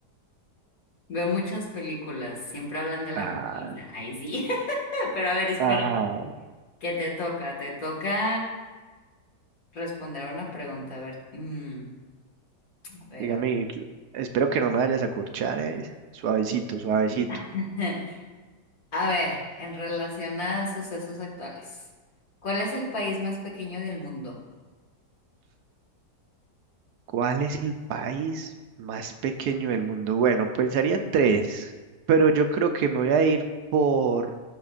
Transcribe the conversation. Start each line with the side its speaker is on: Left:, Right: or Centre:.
Left: Veo muchas películas, siempre hablan de la
Right: Ah,
Left: Mona Lisa, ahí sí, <laughs> pero a ver, espera.
Right: ah,
Left: Que te toca, te toca responder una pregunta. A ver, mm, a ver,
Right: dígame,
Left: a ver.
Right: espero que no me vayas a curchar, eh. Suavecito, suavecito.
Left: <laughs> A ver, en relación a sucesos actuales, ¿cuál es el país más pequeño del mundo?
Right: ¿Cuál es el país más pequeño del mundo? Bueno, pensaría en tres, pero yo creo que me voy a ir por